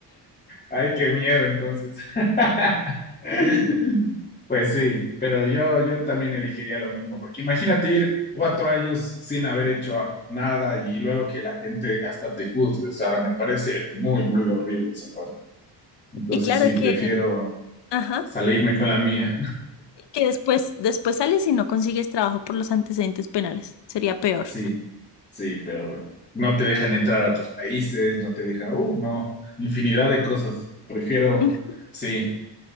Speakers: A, on the left; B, on the left.
A: Ay, qué miedo entonces. <laughs> Pues sí, pero yo, yo también elegiría lo mismo, porque imagínate ir cuatro años sin haber hecho a- nada y luego que la gente hasta te juzgue, o sea, me parece muy, muy horrible esa parte. Entonces
B: Y claro
A: sí, prefiero
B: que, ajá,
A: salirme con la mía.
B: que después, después sales y no consigues trabajo por los antecedentes penales. Sería peor.
A: Sí, sí, pero no te dejan entrar a otros países, no te dejan, uh, no, infinidad de cosas. Prefiero,
B: Mm,
A: sí,